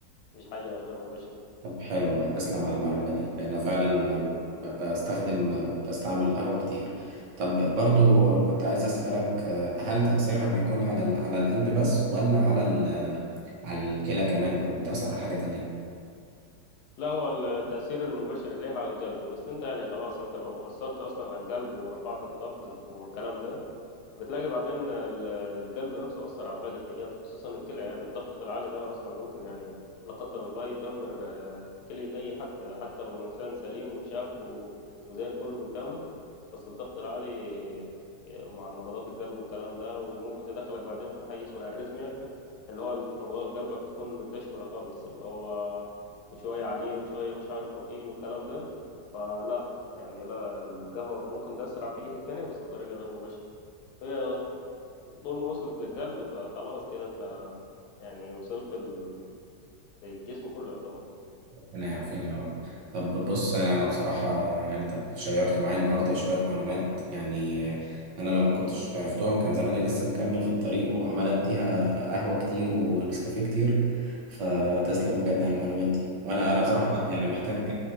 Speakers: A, on the left; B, on the right.
A: مش حاجة غير مباشرة
B: طب حلو والله تسلم على المعلومه دي لان فعلا
A: حبيبي والله
B: ب- بستخدم بستعمل قهوه كتير طب برضو كنت عايز اسالك هل تاثيرها بيكون على ال- على القلب بس ولا على ال- على الكلى كمان او بتاثر على حاجه تانية
A: لا هو التأثير المباشر ليه على القلب بس أنت يعني خلاص أنت لو أثرت أصلا على القلب ورفعت الضغط والكلام ده بتلاقي بعدين ال- القلب نفسه أثر على باقي الحاجات خصوصا الكلى يعني الضغط العالي ده أصلا ممكن يعني لا قدر الله يدمر آه، كلية أي حد حتى لو إنسان سليم وشاب و- وزي الفل قدامك بس الضغط العالي آه، مع نبضات القلب والكلام ده وممكن يدخلك بعدين في حاجة اسمها الريزميا اللي هو نبضات قلبك تكون متدشملة خالص اللي هو شوية عاليين وشوية مش عارف واطيين والكلام ده فلا يعني لا القهوة ممكن تأثر على الحاجات التانية بس بطريقة غير مباشرة هي طول ما وصلت للقلب فخلاص كده انت يعني وصلت ال- للجسم كله يعتبر
B: ربنا يعافينا يا رب طب بص انا أنا بصراحه يعني انت شيرت معايا النهارده شويه معلومات يعني انا لو ما كنتش عرفتهم كان زماني لسه مكمل في الطريق وعمال اديها قهوه كتير ونسكافيه كتير فتسلم بجد على المعلومات دي وانا انا بصراحه
A: يا عم حبيبي
B: يعني محتاج
A: والله